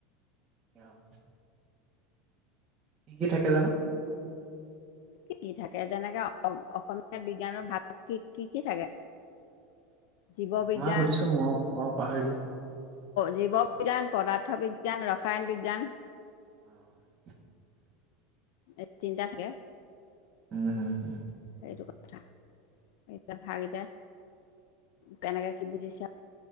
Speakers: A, on the right (about 15°); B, on the left (about 60°).
A: অ'। কি কি থাকে জানো?
B: কি কি থাকে যেনেকে অসমীয়াত বিজ্ঞানৰ ভাগ কি কি থাকে? জীৱ বিজ্ঞান
A: মই সুধিছো মই মই পাহৰিলো?
B: জীৱ বিজ্ঞান, পদাৰ্থ বিজ্ঞান, ৰসায়ন বিজ্ঞান
A: <inaudible>
B: এ তিনিটা থাকে।
A: উম হুম।
B: সেইটো কথা। এতিয়া ভাগ কেইটা, কেনেকে কি বুজিছা?